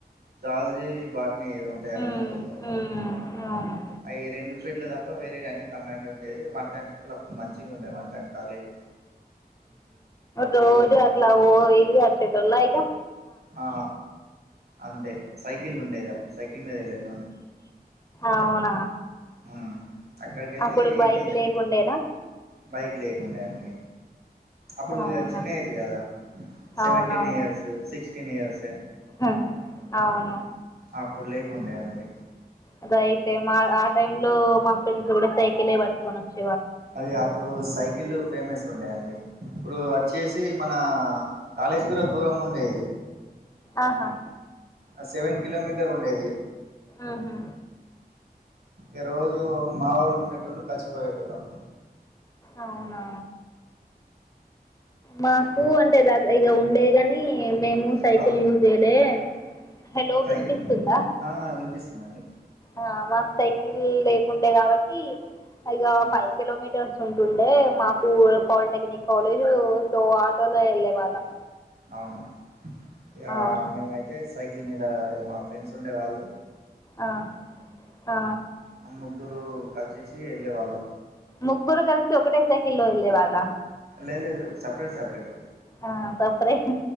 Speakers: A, on the right (about 75°); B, on the left (about 20°).
A: జాలజీ బాటనీ అని ఏద ఉంటాయట
B: ఉమ్,
A: మాకు తెలువదు
B: ఉమ్, అవును
A: అవి రెండు ప్రేడ్లు తప్ప ఇ వేరే అన్ని కమాండ్ ఉంటాయి వన్ టైమ్ స్కూల్ అప్పుడు మంచిగా ఉండే వన్ టైమ్ కాలేజీ
B: రోజ
A: ఉమ్,
B: అట్లా వోయి అచ్చే తొల ఇగ
A: ఆ అంతే సైకిల్ ఉండేది అప్పుడు సైకిల్ మీద వెళ్ళే టోలాం
B: అవునా
A: ఉమ్ అక్కడికి వెళ్ళి
B: అప్పుడు బైక్
A: ఇంటికి త-
B: లేకుండేనా
A: బైక్ లేకుండి అండి అప్పుడు
B: అవునా
A: ఇక చిన్న ఏజ్ కదా సెవెన్ంటీన్
B: అవునవును
A: ఇయర్స్ సిక్స్టీన్ ఇయర్స్
B: హ, అవును
A: అప్పుడు లేకుండేయండి
B: అద అయితే మా ఆ టైమ్ లో మా ఫ్రెండ్స్ కూడా సైకిలే పట్టుకొని వచ్చు
A: అవి అప్పుడు సైకిల్ ఫేమస్ ఉండే అండి ఇప్పుడు వచ్చేసి మన కాలేజీ కూడా దూరం ఉండేది
B: ఆహా
A: ఆ సెవెన్ కిలోమీటర్ ఉండేది
B: ఆహా
A: ఏ రోజు మా వోళ్ళు ఉండేటోళ్ళు కలిసి పోయేటోల్లం
B: అవునా మాకు అంటే ద ఇక ఉండే గాని మేము సైకిల్
A: హలో
B: యూజ్ చేయలే హలో
A: సైకి
B: వినిపిస్తుందా
A: ఆ వినిపిస్తుందండి
B: ఆ మాకు సైకిల్ లేకుండే కాబట్టి ఇగ
A: ఉమ్,
B: ఫైవ్ కిలోమీటర్స్ ఉంటు డే మాకు పాలిటెక్నిక్ కాలేజ్ సో ఆటోలో వెళ్ళే వాళ్ళం
A: అవునా ఇక
B: ఆ,
A: మేమైతే సైకిల్ మీద మా ఫ్రెండ్స్ ఉండే వాళ్ళు
B: ఆ ఆ
A: ఆ ముగ్గురు కలిసేసి వెళ్ళే వాళ్ళం
B: ముగ్గురు కలిసి ఒకటే సైకిల్లో వెళ్ళే వాళ్ళ
A: లేదు లేదు సెపరేటు సెపరేటు
B: ఆ సెపరేట్